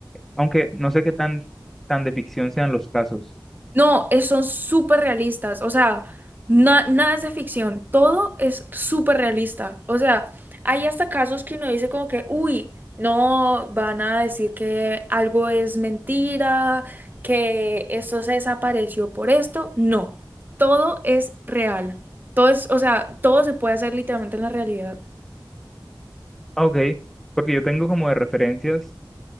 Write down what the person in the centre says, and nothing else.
aunque no sé qué tan, tan de ficción sean los casos.
Ah, Ok, porque yo tengo como de referencias